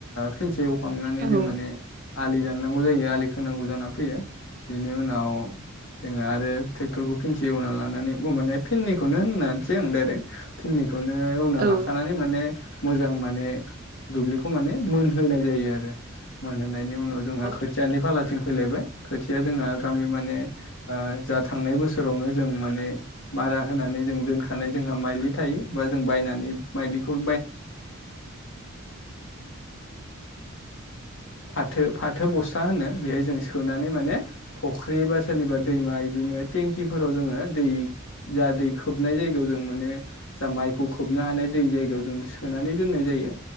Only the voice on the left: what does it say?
फिलसे एवखांनानै जों
माने आलि दाननांगौ जायो आलि खोनांगौ जाना फैयो बेनि उनाव जोङो आरो ट्रेक्टरखौ फिनसे एवना लानानै माने फिननिखौनो होननानैसै आं डाइरेक्ट फिननिखौ बेखौनो एवना
लाखानाय मान मोजां म दुब्लिखौ मान मोन होनोनाय जायो आरो फानहायनायनि उनाव जोंहा खोथियानि
फालाथिं फैलायबाय खोथिया जोंहा गामि माने ओ जा थांनाय बोसोर सोरावनो जों माने मारा होनानै जों दोनखानाय जोंहा माइलि थायो बा जों बायनानै बायदिखौ फाथो फाथो बसथा होनो बेहाय जों सोनानै माने फुख्रि बा सोरनिबा दै दैमा बिदिनो टेंकिफोराव जोङो दै जा दै खोबनाय जायगायाव जों माने जा माइखौ खोबनो हानाय दै जायगायाव जों सोनानै दोननाय जायो